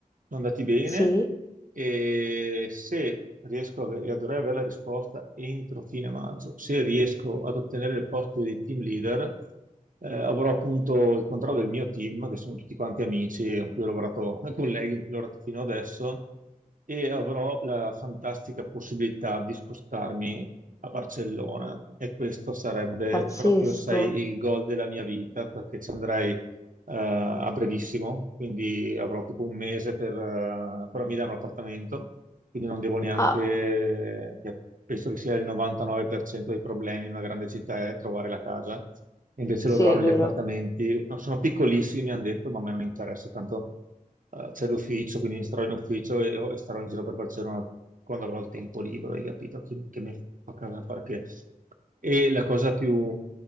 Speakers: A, on the right; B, on the left.
A: sono andati bene
B: sì,
A: e se riesco a ave- e dovrei avere la risposta entro fine maggio, se riesco ad ottenere il posto di team leader, eh, avrò appunto il controllo del mio team, che sono tutti quanti amici con cui ho lavorato, <laughs> colleghi con cui ho lavorato fino adesso e avrò la fantastica possibilità di spostarmi a Barcellona e questo sarebbe
B: pazzesco.
A: proprio, sai, il goal della mia vita perché ci andrei eh, a brevissimo, quindi avrò tipo un mese per, eh, per affittare un appartamento quindi non devo neanche,
B: Ah,
A: che penso che sia il 99% dei problemi in una grande città è trovare la casa, invece
B: sì,
A: loro
B: è
A: hanno
B: vero.
A: gli appartamenti, no, sono piccolissimi, mi hanno detto, ma a me non interessa, tanto eh, c'è l'ufficio, quindi starò in ufficio e, e starò in giro per Barcellona quando avrò il tempo libero, hai capito? Chi- Che, mi fa casa a fare che. E la cosa più,